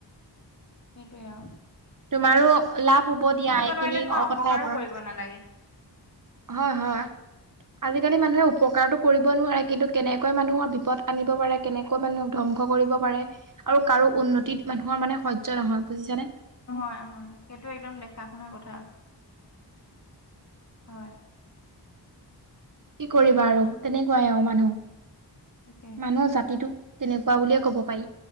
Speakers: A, on the left (about 40°); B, on the right (about 50°).
A: সেইটোৱে আও।
B: তোমাৰো লাভ হ'ব দিয়া। এইখিনি
A: নোৱাৰিলে তোমাৰ
B: অ
A: অপকাৰো
B: কথা পৰ
A: কৰিব নালাগে
B: হয় হয়। আজিকালি মানুহে উপকাৰটো কৰিব নোৱাৰে। কিন্তু কেনেকৈ মানুহৰ বিপদ আনিব পাৰে কেনেকৈ মানে ধ্বংস কৰিব পাৰে? আৰু কাৰো উন্নতিত মানুহৰ মানে সয্য নহয় বুজিছানে?
A: নহয়‌‌ অ সেইটো একদম দেখা শুনা কথা। হয়।
B: কি কৰিবা আৰু তেনেকুৱাই অ মানুহ।
A: তাকে
B: মানুহৰ জাতিটোক তেনেকুৱা বুলিয়ে ক'ব পায়ি।